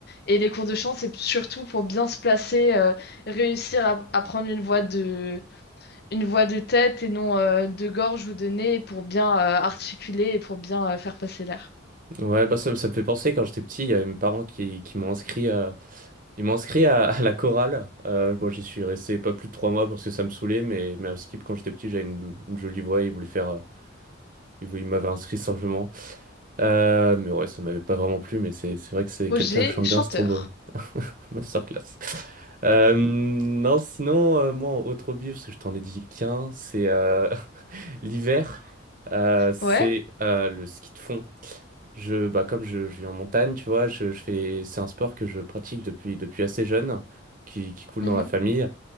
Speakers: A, on the left; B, on the right.
A: et les cours de chant, c'est surtout pour bien se placer, euh, réussir à, à prendre une voix de, une voix de tête et non euh, de gorge ou de nez pour bien euh, articuler et pour bien euh, faire passer l'air.
B: ouais, bah ça, me ça me fait penser quand j'étais petit, il y avait mes parents qui, qui m'ont inscrit à, Ils m'ont inscrit à, à la chorale. Euh, bon, j'y suis resté pas plus de trois mois parce que ça me saoulait, mais, mais à Skip, quand j'étais petit, j'avais une, une jolie voix. Ils voulaient faire, euh, ils, vou- ils m'avaient inscrit simplement. Euh, mais ouais, ça m'avait pas vraiment plu, mais c'est c'est vrai que c'est
A: Projet
B: quelqu'un qui chante
A: chanteur.
B: bien, c'est trop beau. <laughs> Masterclass. Euh, non, sinon, euh, moi, autre hobby, parce que je t'en ai dit qu'un, c'est euh, <laughs> l'hiver, euh, c'est
A: Ouais.
B: euh, le ski de fond. Je, bah, comme je, je vis en montagne, tu vois, je, je fais, c'est un sport que je pratique depuis, depuis assez jeune, qui, qui coule
A: mhm.
B: dans la famille.